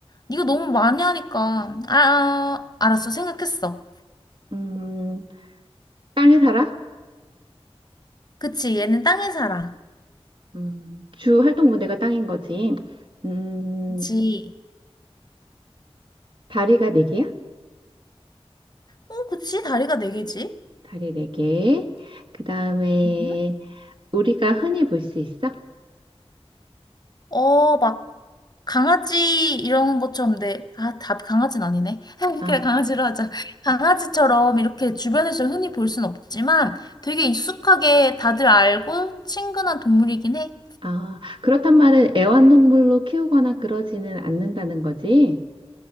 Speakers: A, on the left; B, on the right.
A: 이거 너무 많이 하니까. 아, 아, 알았어. 생각했어.
B: 음, 땅에 살아?
A: 그치, 얘는 땅에 살아.
B: 음, 주 활동 무대가 땅인 거지. 음,
A: 그치.
B: 다리가 네 개야?
A: 어, 그치, 다리가 네 개지?
B: 다리 네 개. 그 다음에
A: 음?
B: 우리가 흔히 볼 수 있어?
A: 어, 막, 강아지 이런 것처럼 돼. 아, 답 강아지는 아니네. <laughs>
B: 아,
A: 그래, 강아지로 하자. 강아지처럼 이렇게 주변에서 흔히 볼 순 없지만 되게 익숙하게 다들 알고 친근한 동물이긴 해.
B: 아, 그렇단 말은 애완동물로 키우거나 그러지는 않는다는 거지.